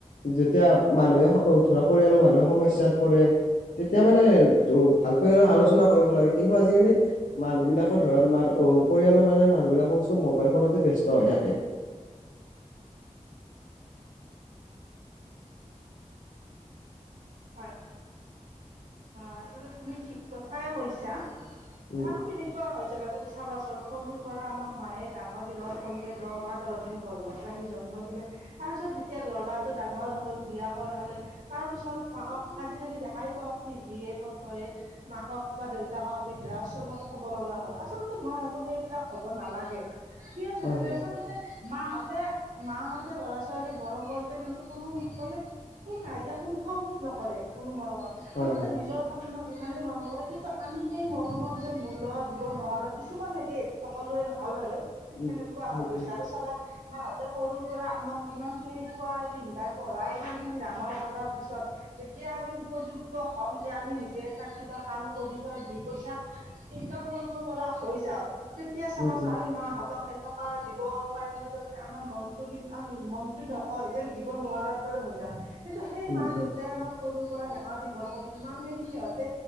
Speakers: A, on the left (about 85°); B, on the right (about 75°).
A: যেতিয়া মানুহে ধৰা পৰিয়ালৰ মানুহে সমস্যাত পৰে তেতিয়া মানে ত ভালকৈ আৰু আলোচনা কৰিব লাগে কিন্তু আজিকালি মানুহ বিলাকৰ ধৰা তোমাৰ অ পৰিয়ালৰ মানে মানুহবিলাকক চব মোবাইল ফোনতে ব্যস্ত হৈ থাকে
B: হয় অ আচলতে তুমি ঠিক কথাই কৈছা
A: উম
B: আৰু কেনেকুৱা হয়? জেগাটো তুমি চাবাচোন সৰুৰ পৰা আমাক মায়ে ডাঙৰ দিনৰ সৰুতে দহ মাহ দহ দিন ঘৰ ঘৰত ৰাখি জন জন্ম দিলে, তাৰপিছত যেতিয়া লৰাটো ডাঙৰ হ'ল বিয়া কৰালে তাৰপিছত মাক আজি দেখাই পাওঁ টিভি প্ৰত্ৰয়ে মাকক বা দেউতাকক বৃদ্ধা আশ্ৰমত থব লগা হ'ল আচলতে মইভাবো। সেইবিলাক হ'ব নালাগে কিয় যেনে
A: হয় হয়
B: আচলতে মাহঁতে মাহঁতে ল'ৰা ছোৱালীক মৰম কৰোতে কিন্তু কোনো মানে কোনো নাই যে কোন। বোধ নকৰে কোনো মৰমত আচলতে
A: হয় হয়
B: নিজৰ সন্মান ইমানেই মৰম কৰে কিন্তু আমি সেই মৰমৰ যেন মূলত দিব নোৱাৰোঁ কিছুমান নিদেতো সকলোৱে নহয় বাৰু সেনেকুৱা
A: উম
B: হৈ
A: উম
B: গৈছে
A: উম
B: আৰু চাবা। বাহঁতে সৰুৰ পৰা আমাক ইমান খিনি খোৱাই পিন্ধাই পঢ়াই ইমান খিনি ডাঙৰ কৰাৰ পিছত তেতিয়া আমি উপযু হম যে আমি নিজে এটা কিবা কাম কৰি পেলাই দুই পইচা ইনকাম কৰিব পৰা হৈ যাও। তেতিয়া চাবাচোন
A: উম উম
B: আমি মাহঁতক এটকা দিব কাৰণে তাৰমানে আমাৰ মনটো কিন্তু আ মনটো নক যেন দিব নোৱাৰাৰ দৰে হৈ যাই কিন্তু সেই
A: উম
B: মা
A: উম
B: দেউতাই আমাক সৰুৰ পৰা ডাঙৰ দি ৰ কৰি ইমানখিনদি সিহঁতে